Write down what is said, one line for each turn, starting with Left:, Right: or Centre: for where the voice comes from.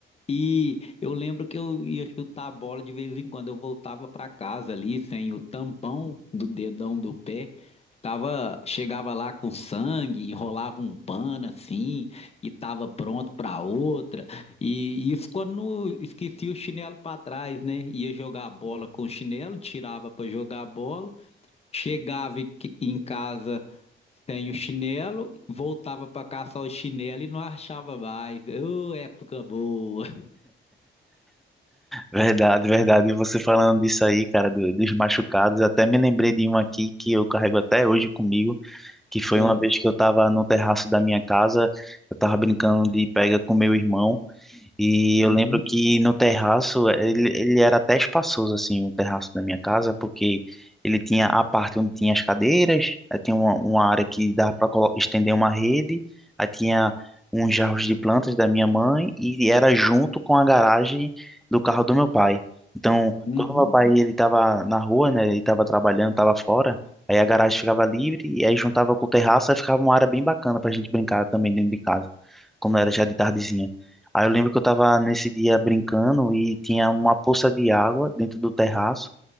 Left: E eu lembro que eu ia chutar a bola de vez em quando, eu voltava para casa ali sem o tampão do dedão do pé, ficava, chegava lá com sangue, enrolava um pano assim e tava pronto para outra. E isso quando não esquecia o chinelo para trás, né? Ia jogar a bola com o chinelo, tirava para jogar a bola, chegava em em casa sem o chinelo, voltava para caçar o chinelo e não achava mais. Ô, época boa!
Centre: Verdade, verdade. E você falando disso aí, cara, do- dos machucados, até me lembrei de um aqui que eu carrego até hoje comigo, que foi
Left: Hã.
Centre: uma vez que eu tava no terraço da minha casa, eu tava brincando de pega com meu irmão. E eu
Left: Uhum.
Centre: lembro que no terraço, ele, ele era até espaçoso, assim, o terraço da minha casa, porque ele tinha a parte onde tinha as cadeiras, aí tinha uma, uma área que dava para estender uma rede, aí tinha uns jarros de plantas da minha mãe, e era junto com a garagem do carro do meu pai. Então,
Left: Uhum.
Centre: quando meu pai ele estava na rua, né, ele estava trabalhando, estava fora, aí a garagem ficava livre, e aí juntava com o terraço, aí ficava uma área bem bacana para a gente brincar também dentro de casa, quando era já de tardezinha. Aí eu lembro que eu tava nesse dia brincando e tinha uma poça de água dentro do terraço